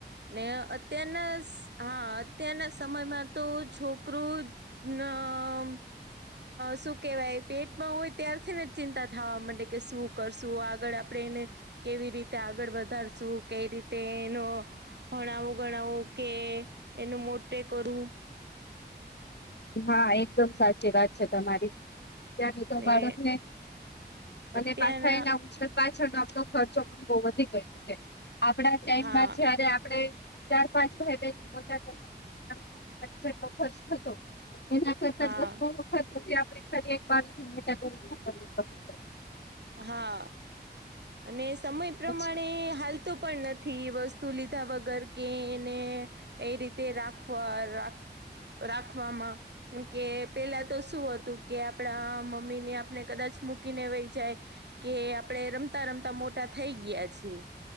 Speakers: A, on the right; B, on the left.
A: ને અત્યારના હા અત્યારના સમયમાં તો છોકરુ નમ શું કેવાય પેટમાં હોય ત્યારથી ને ચિંતા થવા માંડે કે શું કરશું આગળ આપણેે એને કેવી રીતે આગળ વધારશું કેઈ રીત તેનો ભણાવું ગણાવવું કે એનું મોટે કરું.
B: હા, એકદમ સાચી વાત છે તમારી ત્યારે તો
A: ને
B: બાળકને અને
A: અત્યારના
B: પાછા એના ઉછે પાછળ આપણો ખર્ચો પણ બો વધી ગયો છે આપણા ટાઈમમાં
A: હા
B: જયારે આપણે ચાર પાંચ ભાઈ બેહેન મોટા કરતા <unintelligible> થતો. એના
A: હા
B: કરતા દસ <unintelligible>
A: હા, અને સમય પ્રમાણે
B: છે.
A: હાલ તુ પણ નથી વસ્તુ લીધા વગર કે એને એ રીતે રાખવા રા રાખવામાં. કેમ કે પેલા તો શું હતું કે આપણા મમ્મી ને આપણે કદાચ મૂકીને વેય જાય. કે આપડે રમતા રમતા મોટા થઈ ગયા છીએ.